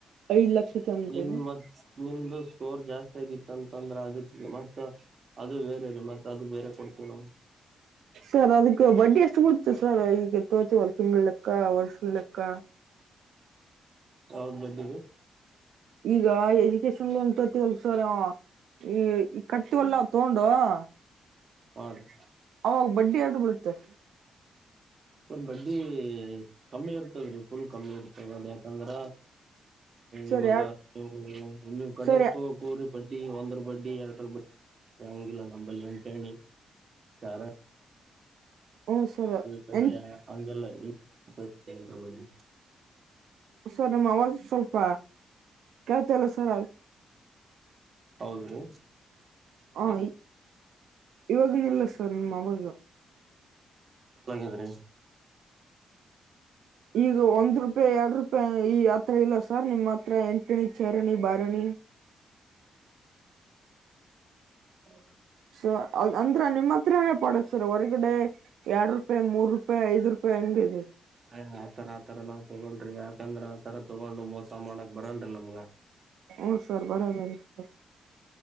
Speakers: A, on the right (about 85°); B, on the right (about 50°).
A: ಐದ್
B: <unintelligible>
A: ಲಕ್ಷ ತನ್ರಿ
B: ನಿಮ, ಮ, ನಿಮ್ದು. <unintelligible> ಸ್ಟೋರ್, ಜಾಸ್ತಿ ಆಗಿತ್ತ ಅಂತಂದ್ರೆ, ಅದಕ್ಕೆ ಮತ್ತ ಅದು ಬೇರೆ ಮತ್ತ ಅದು ಬೇರೆ ಕೊಡ್ತೇವಿ! ನಾವು. <unintelligible>
A: ಸರ್, ಅದಕ್ಕೆ ಬಡ್ಡಿ ಎಷ್ಟು ಬಿಡು. <inaudible> ಸರ್, ಇವಾಗ, ದೋಚುವಳಿ. <inaudible> ತಿಂಗಳು, ಲೆಕ್ಕ, ವರ್ಷ, ಲೆಕ್ಕ. <inaudible>
B: ಯಾವದ್, ಬಂದಿದೆ. <inaudible>
A: ಈಗ ಎಜುಕೇಶನ್ ಲೋನ್ ತರುತ್ಜಿವಿಯಲ್ಲ ಸರ್ ಈ ಈ ಕಟ್ತಿವಲ್ಲ ತಗೊಂಡು. <inaudible>
B: ಹ, ರೀ. <inaudible>
A: ನಾವು, ಬಡ್ಡಿ. <inaudible> ಹ್ಮ್, ಬರುತ್ತೆ. <inaudible>
B: ರ್ ಬಡ್ಡಿ ಕಮ್ಮಿ ಇರ್ತದ್ರಿ ಫುಲ್ ಕಮ್ಮಿ ಇರ್ತದ ಅದ ಯಾಕಂದ್ರ
A: ಸರ್
B: ಇವಾಗ
A: ಯಾ
B: ನೀವು, ನೀವು ಕಡೆಕ್
A: ಸರ್
B: ತಗೋಕೋಗರಿ., ಬಡ್ಡಿ ಒಂದರ ಬಡ್ಡಿ ಎರಡರ ಬಡ್ಡಿ ಅಂತ ಹಂಗಿಲ್ಲ ನಂಬಲ್ಲಿ ಗಂಟೆಚಾರ
A: ಹ್ಮ ಸರ್
B: ಪೈಸ
A: ಎನ್
B: ಅಂದಲ್ಲ ಈಗೆಲ್ಲ ಬ
A: ಸರ್ ನಮ್ಮ ಆಜ ಸ್ವಲ್ಪ ಕೆಳ್ತಲ್ಲ ಸರ್
B: ಹೌದ್ರೀ
A: ಹ್ ಇವಾಗನ ಇಲ್ಲ ಸರ್ ನಿಮ್ಮ್ ಆವಾಜ
B: ಎ ಹಾಗಾದ್ರಿ
A: ಈಗ ಒಂದ್ ರೂಪಾಯಿ ಎರಡು ರೂಪಾಯಿ ಈ ಹತ್ರ ಇಲ್ಲ ಸರ್ ನಿಮ್ಮ್ ಮಾತ್ರ ಎಂಟಣ ಚರನ ಬಾರಣ
B: ಹೌದ
A: ಸೊ ಅ ಅಂದ್ರ ನಿಮ್ಮ್ ಹತ್ರನೇ ಪಡದ ಸರ್ ಹೊರ್ಗಡೆ ಎರಡ್ ರೂಪಾಯಿ ಮೂರು ರೂಪಾಯಿ ಐದು ರೂಪಾಯಿ ಹೆಂಗದೆ
B: ಅಯ ಆತರ ಆತರ ನಾವ್ ತಗೊಳ್ರಿ ಯಾಕಂದ್ರ ಆತರ ತಗೊಂಡ್ ಮೋಸ ಮಾಡಕ್ ಬರಲ್ರರಿ ನಮ್ಗ
A: ಹೂ ಸರ್ ಬರಬರಿ sir